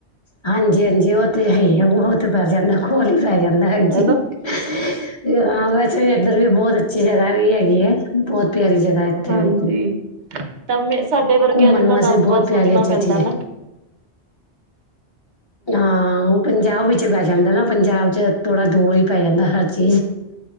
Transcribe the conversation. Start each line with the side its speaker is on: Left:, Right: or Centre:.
Left: ਹਾਂਜੀ- ਹਾਂਜੀ ਓ ਤੇ ਹੈ ਹੀ ਹੈ ਓ ਤੇ ਪੈ ਜਾਂਦਾ ਕੋਲ ਈ ਪੈ ਜਾਂਦਾ ਹਾਂਜੀ।
Right: ਹਨਾ
Left: ਹਾਂ ਵੈਸੇ ਵੀ ਇਧਰ ਵੀ ਬਹੁਤ ਅਛੀ ਜਗ੍ਹਾ ਵੀ ਹੈਗੀ ਐ, ਬਹੁਤ ਪਿਆਰੀ ਜਗਾ ਇਥੇ
Right: ਹਾਂਜੀ
Left: ਬਿਲਕੁਲ,
Right: ਤਾਂ ਮੈਂ ਸਾਡੇ ਵਰਗਿਆਂ
Left: ਘੁੰਮਨ
Right: ਨੂੰ ਤਾਂ
Left: ਵਾਸੇ
Right: ਦਸ ਵਾਰ
Left: ਬਹੁਤ
Right: ਸੋਚਣਾ
Left: ਪਿਆਰੀ ਅੱਛਾ
Right: ਪੈਂਦਾ
Left: ਚੀਜ-
Right: ਨਾ
Left: ਹਾਂ ਉਹ ਪੰਜਾਬ ਵਿਚ ਪੈਹਿ ਜਾਦਾ ਨਾ ਪੰਜਾਬ 'ਚ ਥੋੜਾ ਦੂਰ ਹੀ ਪੈ ਜਾਦਾ ਹਾਂਜੀ